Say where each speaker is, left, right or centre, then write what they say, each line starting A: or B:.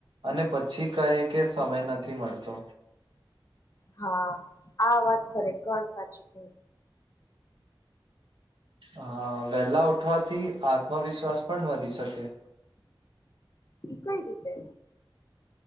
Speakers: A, on the right; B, on the left.
A: અને પછી કહે કે સમય નથી મળતો
B: હા આ વાત ખરેખ સાચી કો
A: હ વેલા ઉઠવાથી આત્મવિશ્વાસ પણ વધી શકે
B: કઈ રીતે